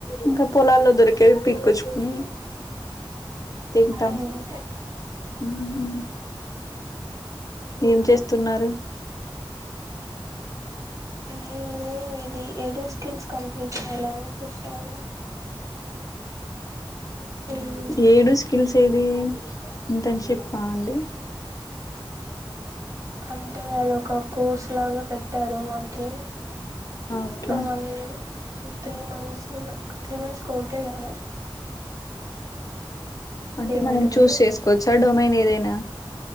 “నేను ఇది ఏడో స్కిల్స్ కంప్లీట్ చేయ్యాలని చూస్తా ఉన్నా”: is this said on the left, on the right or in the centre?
Right